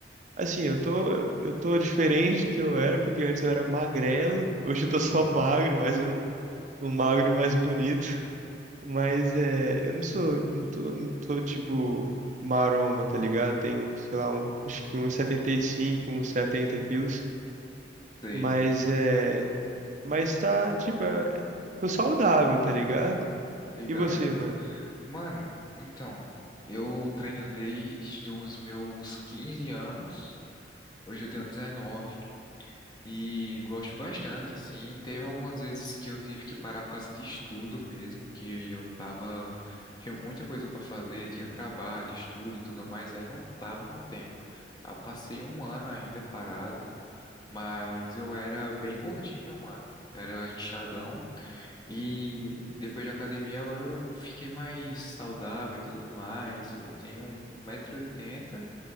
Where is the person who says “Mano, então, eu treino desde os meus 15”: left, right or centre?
Left